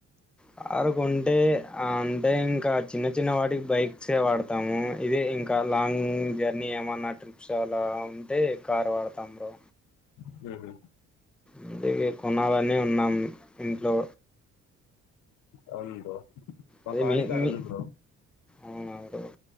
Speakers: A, in the centre; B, on the left.
A: కారు కొంటే అంటే ఇంకా చిన్న చిన్న వాటికి బైక్సే వాడతాము ఇదే ఇంకా లాంగ్ జర్నీ ఏమన్నా ట్రిప్స్ అలా ఉంటే కారు వాడతాము బ్రో
B: హు హ్మ్
A: అందుకే కొనాలన్నీ ఉన్నాం ఇంట్లో
B: అవూను బ్రో
A: అదే
B: ఒక ఆడి
A: మీ
B: కార్
A: మీ
B: ఉంది బ్రో
A: అవునా బ్రో